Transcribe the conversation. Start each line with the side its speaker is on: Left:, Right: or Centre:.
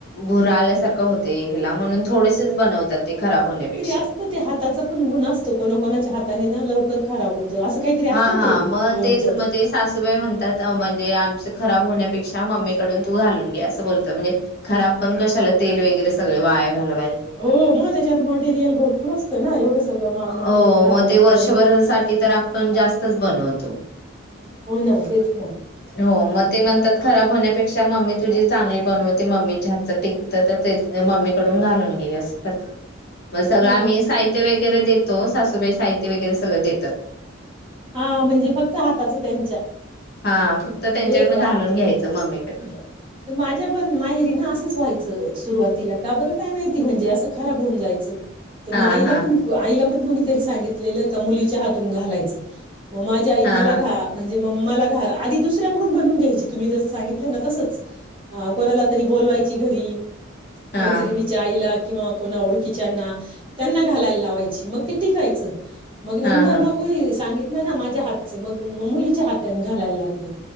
Left: भुरा आल्यासारखं होते. म्हणून थोडेसेच बनवतात ते खराब होण्यापैकी
Right: असत हाताच गुण असत कोणकोणच्या हाताने ना लव खराब होतं असं काहीतरी असतं
Left: हा हा
Right: ते
Left: मग
Right: लोणच्याच
Left: तेच म्हणजे सासूबाई म्हणतात म्हणजे आमच खराब होण्यापेक्षा मम्मी कडून तू घालून घे अस बोलतात म्हणजे खराब पण कशाला तेल वगैरे सगळ वाया घालवा
Right: हो मग त्याच्यात मटेरियल भरपूर असतं ना एवढं सगळं माल मटेरियल
Left: हो
Right: घालायचं
Left: मग ते वर्षभरासाठी
Right: आणि
Left: तर आपण जास्तच बनवतो.
Right: हो ना तेच
Left: <unintelligible>
Right: ना
Left: हो मग ते म्हणतात खराब होण्या त्या पेक्षा मम्मी तुझी चांगली बनवते मम्मीच्या हातचं टिकतं तर मम्मी कडून घालून घे असं मग सगळं
Right: हा
Left: आम्ही साहित्य वेग वगैरे देतो सासूबाई साहित्य वगैरे सगळं देतात.
Right: हा म्हणजे फक्त हाताचं त्यांच्या
Left: हा फक्त
Right: <unintelligible>
Left: त्यांच्याकडनं घालून घ्यायचं मम्मीकडनं
Right: माझ्या पण माहेरी ना असंच व्हायचं. सुरुवातीला का बरं काय माहिती म्हणजे असं खराब होऊन जायचं. तर मग
Left: हा
Right: आईला
Left: हा
Right: पण आईला पण कोणी त सांगितले का मुलीच्या हातून घालायच. मग माझ्या आई
Left: हा
Right: मला
Left: हा
Right: घा म्हणजे म मला घ आधी दुसऱ्यांकडून बनून घ्यायची तुम्ही जसं सांगितलं ना तसंचं. हा कोणाला तरी बोलवाय ची घरी
Left: हा
Right: मैत्रीनी च्या आईला किंवा कोणा ओळखीच्याना त्यांना घालायला लावायची मग ते टिकायचं मग नंतर
Left: हा
Right: मग कोणी सांगितलं ना माझ्या हातचं मग मुलीच्या हातने घालायला लागले.